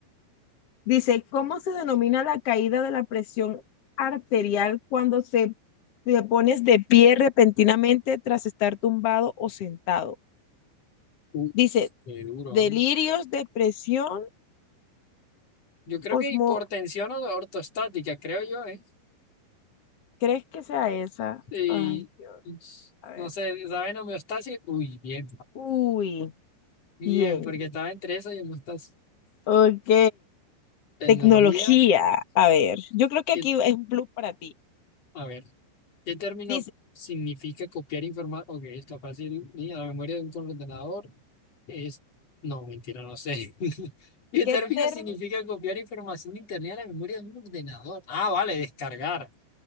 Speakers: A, on the left; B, on the left.
A: Dice, ¿cómo se denomina la caída de la presión arterial cuando se te pones de pie repentinamente tras estar tumbado o sentado?
B: Uy,
A: Dice,
B: qué duro,
A: delirios,
B: ¿ah?
A: depresión,
B: Yo creo
A: osmo...
B: que hipertensión o ortostática, creo yo, ¿eh?
A: ¿Crees que sea esa?
B: Y,
A: Ay, Dios,
B: y
A: a ver.
B: no sé, ¿saben homeostasis? Uy, bien,
A: Uy,
B: bien,
A: bien.
B: porque estaba entre eso y homeostasis.
A: Ok.
B: Tecnología,
A: Tecnología. A ver, yo creo que
B: que-
A: aquí es un plus para ti.
B: a ver, ¿qué término
A: Dice,
B: significa copiar información? Ok, está fácil, ¿sí? A la memoria de un ordenador. Es, no, mentira, no sé. <laughs> Y El
A: ¿qué
B: término
A: término?
B: significa copiar información de internet a la memoria de un ordenador. Ah, vale, descargar.